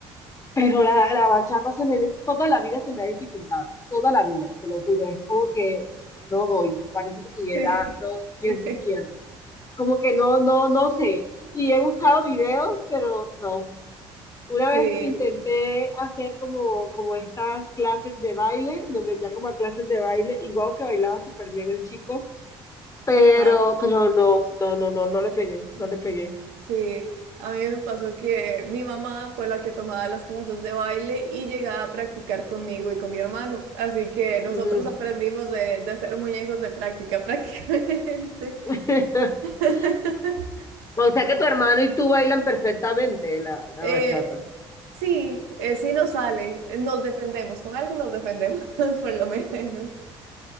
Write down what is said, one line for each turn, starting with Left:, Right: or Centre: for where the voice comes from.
Left: pero la, la bachata se me, toda la vida se me ha dificultado, toda la vida, te lo juro, es como que no doy, parece que tuviera
Right: Sí.
Left: dos pies
Right: <laughs>
Left: izquierdos, como que no, no, no sé, y he buscado videos, pero no. Una
Right: Sí,
Left: vez intenté hacer como, como estas clases de baile, me metía como a clases de baile, igual que bailaba súper bien el chico, pero,
Right: ajá,
Left: pero no, no, no, no, no le pegué, no le pegué.
Right: sí. A mí me pasó que mi mamá fue la que tomaba las clases de baile y llegaba a practicar conmigo y con mi hermano. Así que nosotros
Left: Ujú.
Right: aprendimos de, de ser muñecos de práctica <laughs> prácticamente.
Left: <laughs>
Right: <laughs>
Left: O sea que tu hermano y tú bailan perfectamente la, la
Right: Eh,
Left: bachata.
Right: sí, eh, sí nos sale, nos defendemos, con algo nos defendemos <laughs> por lo menos.